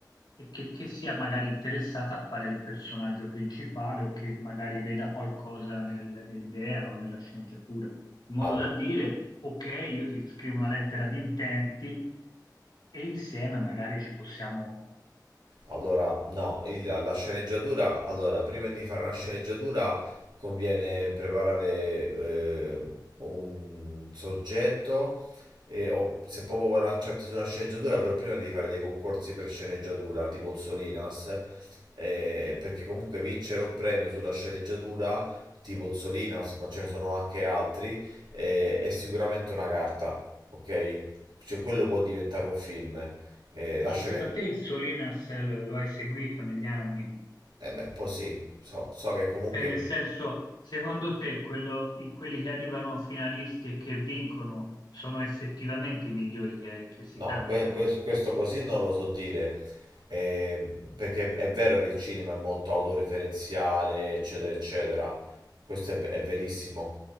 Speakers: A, on the left; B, on the right.
A: e che, che sia magari interessata a fare il personaggio principale o che magari veda qualcosa nel- nell'idea o nella sceneggiatura, in modo
B: al-
A: da dire, ok, io ti scrivo una lettera di intenti e insieme magari ci possiamo
B: Allora, no, il- la sceneggiatura, allora, prima di fare una sceneggiatura conviene preparare eh, un soggetto e, o, se proprio vuoi lanciarti su una sceneggiatura, però prima devi fare dei concorsi per sceneggiatura, tipo Zolinas, eh, perché comunque vincere un premio sulla sceneggiatura, tipo Zolinas, ma ce ne sono anche altri, eh, è sicuramente una carta, ok? Cioè quello può diventare un film. Eh, la
A: Ma,
B: scena-
A: se, ma te il Solinas eh, lo, lo hai seguito negli anni?
B: Eh beh, un po' sì, so, so che comunque
A: Cioè, nel senso, secondo te quello- i- quelli che arrivano finalisti e che vincono sono effettivamente i migliori che, che si
B: no,
A: candidano?
B: que- que- questo così non lo so dire, eh, perché è vero che il cinema è molto autoreferenziale, eccetera, eccetera, questo è, ve- è verissimo,